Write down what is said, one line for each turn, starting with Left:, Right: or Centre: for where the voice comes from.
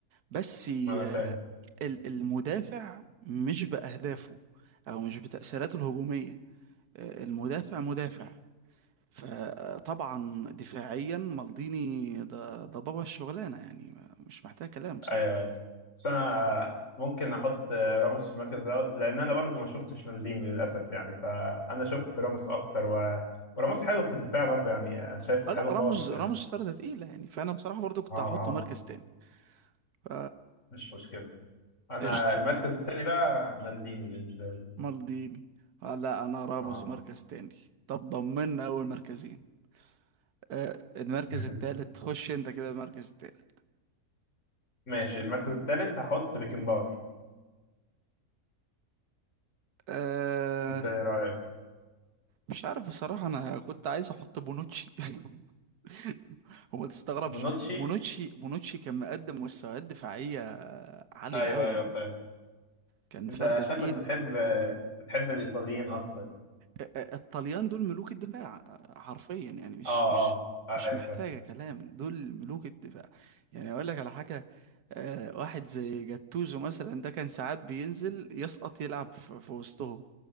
Right: بس
Left: ما أنا
Right: آه،
Left: فاهم
Right: ال- المدافع مش باهدافه او مش بتاثيراته الهجوميه آه، المدافع مدافع فطبعا دفاعيا مالديني ده ده بابا الشغلانه يعني مش محتاج كلام بصراحه
Left: أيوه أيوه بس أنا آه، ممكن أحط آه، راموس في المركز الأول لأن أنا برضو ما شفتش مولديني للأسف يعني فأنا شفت راموس أكتر و... وراموس حلو في الدفاع برضو يعني آه، شايفه
Right: اه
Left: حلو
Right: لا راموس
Left: خالص
Right: راموس
Left: يعني
Right: فرده تقيله يعني فانا بصراحه برضو كنت
Left: أه أه
Right: هحطه مركز تاني ف
Left: مش مشكلة أنا
Right: قشطه
Left: المركز التاني بقى مالديني بالنسبة لي
Right: مالديني آه لا انا راموس
Left: أه
Right: مركز تاني طب ضمننا اول مركزين آه المركز
Left: <laughs>
Right: التالت خش انت كده المركز التالت
Left: ماشي المركز التالت هحط بيكنباور
Right: آه
Left: انت ايه رايك
Right: مش عارف بصراحه انا كنت عايز احط بونوتشي <laughs> <laughs> وما تستغربش
Left: بونوتشي
Right: مونوتشي مونوتشي كان مقدم مستويات دفاعية عالية
Left: ايوه
Right: قوي
Left: ايوه
Right: يعني
Left: فاهم
Right: كان
Left: انت
Right: فردة
Left: شكلك
Right: تقيلة
Left: بتحب بتحب الايطاليين اكتر
Right: ا- ا- الطليان دول ملوك الدفاع حرفيا يعني مش
Left: اه
Right: مش
Left: اه ايوه
Right: مش محتاجة
Left: فاهم
Right: كلام دول ملوك الدفاع يعني اقول لك على حاجة آه، واحد زي جاتوزو مثلا ده كان ساعات بينزل يسقط يلعب في في وسطهم